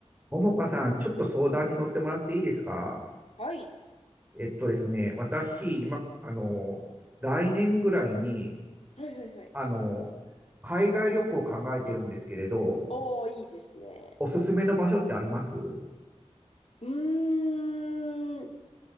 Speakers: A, on the right; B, on the left.
A: ももかさん、ちょっと相談に乗ってもらっていいですか
B: はい。
A: えっとですね、私、今、あの、来年ぐらいに、
B: はいはいはい。
A: あの、海外旅行を考えてるんですけれど、
B: おー、いいですね。
A: おすすめの場所ってあります
B: うーん。